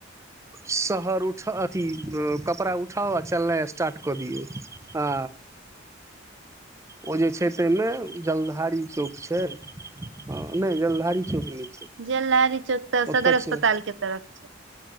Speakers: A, on the right; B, on the right.
A: शहर उठ अथी कपड़ा उठाओ आ चलनाइ स्टार्ट कऽ दियऔ आ ओ जे छै तामे जलधारी चौक छै नहि जलधारी चौक नहि छै
B: जलधारी चौक तऽ
A: ओतऽ
B: सदर अस्पताल
A: छै
B: के तरफ छै